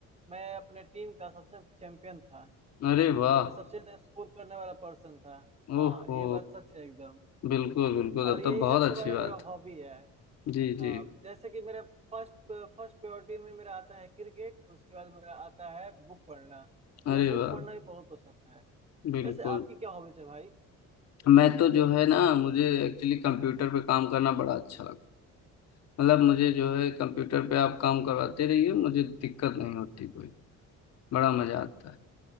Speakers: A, on the right; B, on the left.
A: मैं अपने टीम का सबसे चैंपियन था
B: अरे वाह
A: मैं सबसे ज्यादा स्कोर करने वाला पर्सन था हाँ
B: ओहो
A: ये बात सच है एकदम
B: बिल्कुल बिल्कुल
A: और
B: तब
A: यही
B: तो बहुत
A: सबसे
B: अच्छी
A: बड़ा मेरा
B: बात
A: हॉबी है
B: जी
A: हाँ
B: जी
A: जैसे कि मेरा फर्स्ट फर्स्ट प्रायोरिटी में मेरा आता है क्रिकेट उसके बाद मेरा आता है बुक पढ़ना
B: अरे
A: मुझे बुक
B: वाह
A: पढ़ना भी बहुत पसंद है
B: बिल्कुल
A: वैसे आपकी क्या हॉबीज है भाई
B: मैं तो जो है ना मुझे एक्चुअली कंप्यूटर पे काम करना बड़ा अच्छा लगता है मतलब मुझे जो है कंप्यूटर पे आप काम करवाते रहिए मुझे दिक्कत नहीं होती कोई बड़ा मजा आता है